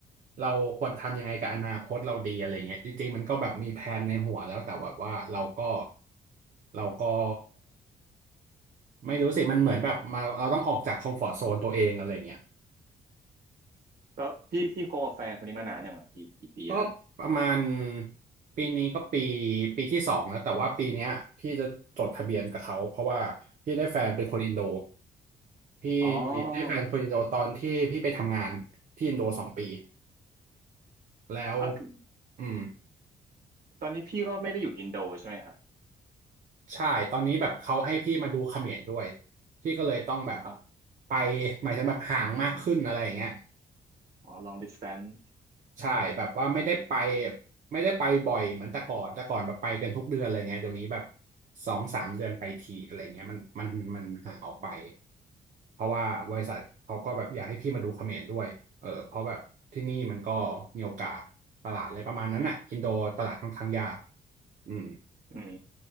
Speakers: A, on the right; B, on the right.
A: เราควรทำยังไงกับอนาคตเราดีอะไรเงี้ยจริงๆมันก็แบบมีแผนในหัวแล้วแต่แบบว่าเราก็เราก็ไม่รู้สิมันเหมือนแบบมาเราต้องออกจากคอมฟอร์ z โซนตัวเองอะไรเงี้ย
B: แล้วพี่พี่คบกับแฟนคนนี้มานานยังไงพี่กี่ปีแล้ว
A: ก็ประมาณปีนี้ก็ปีปีที่สองแล้วแต่ว่าปีเนี้ยพี่จะจดทะเบียนกับเขาเพราะว่าพี่ได้แฟนเป็นคนอินโดพี่
B: อ๋อ
A: ได้แฟนคนอินโดตอนที่พี่ไปทำงานที่อินโดสองปีแล้ว
B: อ่ะ
A: อืม
B: ตอนนี้พี่ก็ไม่ได้อยู่อินโดใช่ไหมครับ
A: ใช่ตอนนี้แบบเขาให้พี่มาดูเขมรด้วยพี่ก็เลยต้องแบบ
B: อ่ะ
A: ไปหมายถึงแบบห่างมากขึ้นอะไรอย่างเงี้ย
B: อ๋อ long distance
A: ใช่แบบว่าไม่ได้ไปไม่ได้ไปบ่อยเหมือนแต่ก่อนแต่ก่อนแบบไปกันทุกเดือนอะไรเงี้ยเดี๋ยวนี้แบบสองสามเดือนไปทีอะไรเงี้ยมันมันมันห่างออกไปเพราะว่าบริษัทเขาก็แบบอยากให้พี่มาดูเขมรด้วยเออเพราะแบบที่นี่มันก็มีโอกาสตลาดอะไรประมาณนั้นอ่ะอินโดตลาดค่อนข้างยากอืม
B: อืม